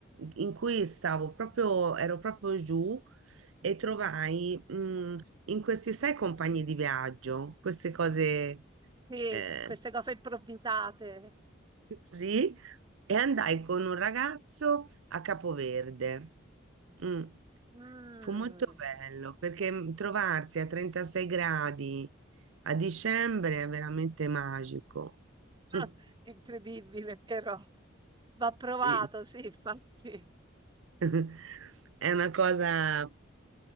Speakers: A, on the right; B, on the right.
A: in cui stavo proprio, ero proprio giù e trovai mm, in questi sei compagni di viaggio, queste cose,
B: sì,
A: eh,
B: queste cose improvvisate.
A: Sì, e andai con un ragazzo a Capoverde. Mm,
B: Mm.
A: Fu molto bello perché mm, trovarsi a 36 gradi a dicembre è veramente magico. <laughs>
B: Ah, incredibile, però va provato,
A: Sì.
B: sì, infatti.
A: <laughs> È una cosa,